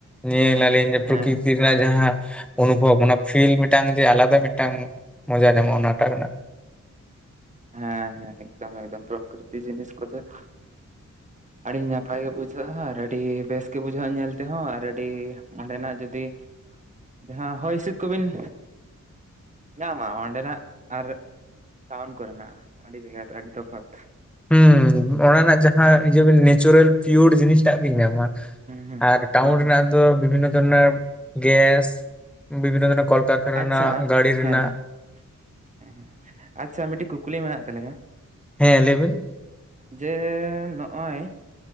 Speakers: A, in the centre; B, on the right.
A: ᱧᱮᱞᱟ
B: ᱦᱩᱸ ᱦᱩᱸ
A: ᱞᱟᱞᱤᱧ
B: ᱦᱮᱸ
A: ᱯᱨᱚᱠᱤᱛᱤ᱾
B: ᱦᱮᱸ
A: ᱨᱮᱱᱟᱜ ᱡᱟᱦᱟᱸ ᱚᱱᱩᱵᱷᱚᱵᱽ ᱚᱱᱟ ᱯᱷᱤᱞ ᱢᱤᱫᱴᱟᱝ ᱡᱮ ᱟᱞᱟᱫᱟ ᱢᱤᱫᱴᱟᱝ ᱢᱚᱡᱟ ᱧᱟᱢᱚᱜ-ᱟ ᱚᱱᱟ ᱴᱟᱜ ᱨᱮᱱᱟᱜ᱾
B: ᱦᱮᱸ ᱦᱮᱸ ᱮᱠᱫᱚᱢ ᱮᱠᱫᱚᱢ ᱯᱨᱚᱠᱨᱤᱛᱤ ᱡᱤᱱᱤᱥ ᱠᱚᱫᱚ ᱟᱲᱤ ᱱᱟᱯᱟᱭ ᱜᱮ ᱵᱩᱡᱷᱟᱹᱜ-ᱟ ᱟᱨ ᱟᱹᱰᱤ ᱵᱮᱥ ᱜᱮ ᱵᱩᱡᱷᱟᱹᱜ-ᱟ ᱧᱮᱞ ᱛᱮᱦᱚᱸ ᱟᱨ ᱟᱹᱰᱤ ᱚᱸᱰᱮ ᱱᱟᱜ ᱡᱩᱫᱤ ᱡᱟᱦᱟᱸ ᱦᱚᱭ ᱦᱤᱸᱥᱤᱫ ᱠᱚᱵᱤᱱ ᱧᱟᱢᱟ ᱚᱸᱰᱮ ᱱᱟᱜ ᱟᱨ ᱴᱟᱣᱩᱱ ᱠᱚᱨᱮᱱᱟᱜ ᱟᱹᱰᱤ ᱵᱷᱮᱜᱟᱨ ᱟᱹᱰᱤ ᱛᱚᱯᱷᱟᱛ᱾
A: ᱦᱩᱸ ᱚᱱᱟ ᱨᱮᱱᱟᱜ ᱡᱟᱦᱟᱸ
B: ᱦᱩᱸ
A: ᱤᱭᱟᱹ ᱵᱤᱱ ᱱᱮᱪᱚᱨᱮᱞ ᱯᱤᱭᱩᱨ ᱡᱤᱱᱤᱥ ᱴᱟᱜ ᱵᱤᱱ ᱧᱟᱢᱟ᱾
B: ᱦᱩᱸ
A: ᱟᱨ ᱴᱟᱣᱩᱱ
B: ᱮᱠᱫᱚᱢ
A: ᱨᱮᱱᱟᱜ ᱫᱚ ᱵᱤᱵᱷᱤᱱᱱᱚ ᱫᱷᱚᱨᱱᱚᱨ ᱜᱮᱥ᱾ ᱵᱤᱵᱷᱤᱱᱱᱚ ᱫᱷᱚᱨᱚᱱᱮᱨ ᱠᱚᱞ ᱠᱟᱨᱠᱷᱟᱱᱟ
B: ᱟᱪᱪᱷᱟ
A: ᱨᱮᱱᱟᱜ ᱜᱟᱹᱲᱤ,
B: ᱦᱮᱸ
A: ᱨᱮᱱᱟᱜ
B: ᱦᱮᱸ ᱦᱮᱸ ᱦᱮᱸ᱾ ᱟᱪᱪᱷᱟ ᱢᱤᱫᱴᱤᱡ ᱠᱩᱠᱞᱤ ᱢᱮᱱᱟᱜ ᱛᱟᱹᱞᱤᱧᱟ᱾
A: ᱦᱮᱸ ᱞᱟᱹᱭ ᱵᱮᱱ᱾
B: ᱡᱮ ᱱᱚᱜ-ᱚᱭ